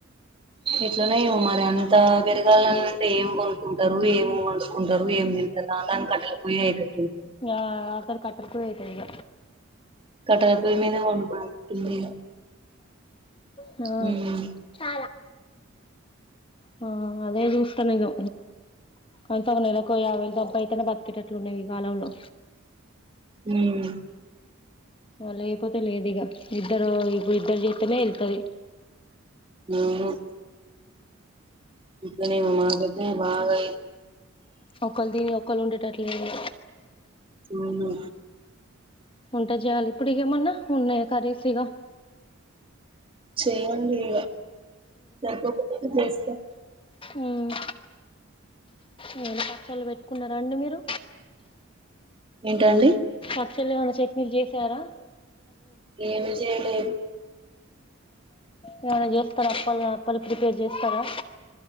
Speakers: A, on the right; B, on the left.
A: ఇట్లనే మరి అంత పెరగాలని అంటే ఏం కొనుక్కుంటారు ఏం వండుుకుంటారు ఏం తింటారా దానికి కట్టలిపొయ్యె అయితది
B: ఆ అక్కర కట్టాలపోయి ఇగ
A: కట్టాలపోయి మీద వంబడి ఉంటుంది ఇగ
B: హా
A: హ్మ్
B: ఆ అదే చూస్తున్నేగా అంత ఒక నెలకు ఒక యాభైవేలు సంపాయిస్తే నే బతికేట్టటు ఇట్లున్నాయివి కాలంలో
A: హ్మ
B: లేకపోతే లేదు ఇక ఇద్దరు ఇప్పు ఇద్దరు చేస్తేనే వెళ్తది
A: అవును ఇతనే మ మాకి అయితే బాగా
B: ఒకళ్ళు దీని ఒకళ్ళ ఉండేటట్టు లేదు
A: అవునా
B: ఉంటా జాలు ఇప్పుడు ఇగా ఏమన్నా ఉన్నాయా కర్రీస్ ఇగా
A: చెయ్యండిగా సరిపోకపో చేస్తా
B: ఉమ్ ఏమన్నా పచ్చళ్ళు పెట్టుకున్నారండి మీరు
A: ఏంటండి
B: పచ్చలే ఏమన్న చట్నీలు చేసారా
A: ఏమి చేయలేదు
B: ఏమన్నా చేస్తారా అప్పాలు కా అప్పాలు ప్రిపేర్ చేస్తారా